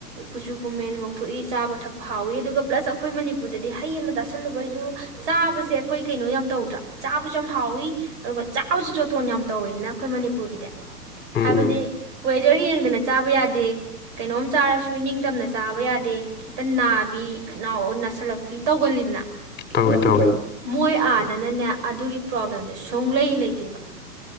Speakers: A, on the right; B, on the left.
A: ꯀꯨꯆꯨ ꯀꯨꯃꯦꯟ ꯉꯧꯊꯣꯛꯏ ꯆꯥꯕ ꯊꯛꯄ ꯍꯥꯎꯏꯤ ꯑꯗꯨꯒ ꯄ꯭ꯂꯁ ꯑꯩꯈꯣꯏ ꯃꯅꯤꯄꯨꯔꯗꯗꯤ ꯍꯩ ꯑꯃ ꯆꯥꯥꯁꯜꯂꯨꯕꯩꯁꯨ ꯆꯥꯕꯁꯦ ꯑꯩꯈꯣꯏ ꯀꯩꯅꯣ ꯌꯥꯝ ꯇꯧꯗ꯭ꯔꯥ ꯆꯥꯕꯁꯨ ꯌꯥꯝ ꯍꯥꯎꯏꯤ ꯑꯗꯨꯒ ꯆꯥꯕꯁꯨ ꯆꯣꯇꯣꯟ ꯌꯥꯝ ꯇꯧꯋꯤꯗꯅ ꯑꯩꯈꯣꯏ ꯃꯅꯤꯄꯨꯔꯒꯤꯗꯤ
B: ꯎꯝ
A: ꯍꯥꯏꯕꯗꯤ
B: ꯎꯝ
A: ꯋꯦꯗꯔ ꯌꯦꯡꯗꯅ ꯆꯥꯕ ꯌꯥꯗꯦ ꯀꯩꯅꯣꯝ ꯆꯥꯔꯁꯨ ꯏꯅꯤꯡꯇꯝꯅ ꯆꯥꯕ ꯌꯥꯗꯦ ꯈꯤꯇ ꯅꯥꯕꯤ ꯈꯅꯥꯎ ꯅꯥꯁꯤꯜꯂꯛꯄꯤ ꯇꯧꯒꯜꯂꯤꯗꯅ
B: ꯇꯧꯏ ꯇꯧꯏ
A: ꯃꯣꯏ ꯑꯥꯗꯅꯅꯦ ꯑꯗꯨꯒꯤ ꯄ꯭ꯔꯣꯕ꯭ꯂꯦꯝꯁꯦ ꯁꯣꯡꯂꯩ ꯂꯩꯇꯦꯕ